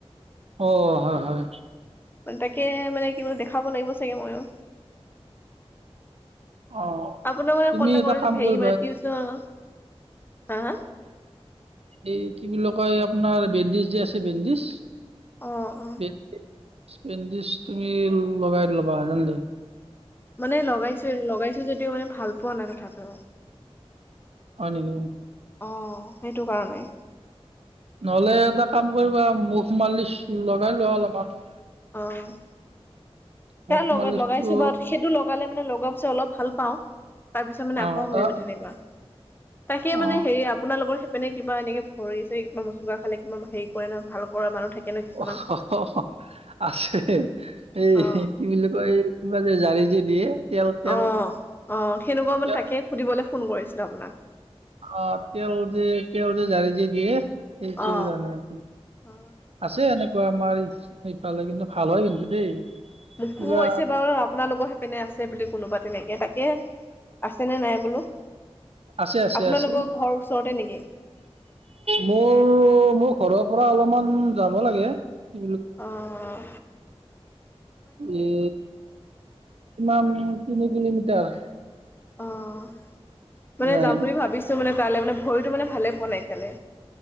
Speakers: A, on the right; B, on the left.
A: অ' হয় হয়।
B: মানে তাকে মানে কি দেখাব লাগিব চাগে ময়ো।
A: অঁ
B: আপোনাৰ মানে
A: তুমি
B: কল এটা
A: কাম
B: কৰিহে
A: কৰিবা
B: মানে <unintelligible> হা হা?
A: এই কি বুলি কয় আপোনাৰ বেণ্ডেজ যে আছে, বেণ্ডেজ।
B: অ অ
A: বে। বেণ্ডেজ তুমি লগাই ল'বা জল্দি।
B: মানে লগাইছো। এইটো লগাইছো যদিও মানে ভাল পোৱা নাই তথাপিও।
A: হয় নেকি?
B: অ' সেইটোকাৰণে।
A: নহ'লে এটা কাম কৰিবা, মুভ-মালিচ লগাই লোৱা অলপমান।
B: অ'। সেয়া
A: মুভ
B: লগত
A: মালিচটো
B: লগাইছো বাট, সেইটো লগালে। মানে লগোৱাৰ পিছত অলপ ভাল পাওঁ, তাৰ পিছত মানে
A: অঁ
B: আকৌ হয়
A: তাৰ
B: মানে তেনেকুৱা। তাকে
A: অঁ
B: মানে হেৰি আপোনাৰ লগৰ সেই মানে কিবা এনেকে ভৰি-চৰি কিবা মোচোকা খালে, কিবা হেৰি কৰে ন ভাল কৰা মানুহ থাকে ন কিছুমান
A: অ' আছে এই
B: অ
A: কি বুলি? এইমান যে জাৰি যে দিয়ে। তেল তেল
B: অ' অ, সেনেকুৱা মানে
A: তেল
B: তাকে সুধিবলৈ ফোন কৰিছিলো আপোনাক।
A: অ' তেওঁ যে তেওঁ যে জাৰি যে দিয়ে। সেইটোও
B: অ
A: জানে কি
B: অ
A: আছে এনে আমাৰ ইফালে কিন্তু ভাল হয়, কিন্তু দেই।
B: মোকো
A: কিবা
B: কৈছে বাৰু আপোনালোকৰ স--। পিনে আছে বুলি কোনোবা তেনেকৈ, তাকে আছেনে নাই বোলো।
A: আছে, আছে,
B: আপোনালোকৰ
A: আছে।
B: ঘৰ ওচৰতে নেকি
A: মোৰ মোৰ ঘৰত--। পৰা অলপমান যাব লাগে। কি
B: আহঁ।
A: এ মান তিনি কিলোমিটাৰ
B: অ' মানে
A: নাই
B: যাম বুলি ভাবিছো মানে। তালৈ মানে ভৰিটো মানে ভালে পোৱা নাই ইফালে।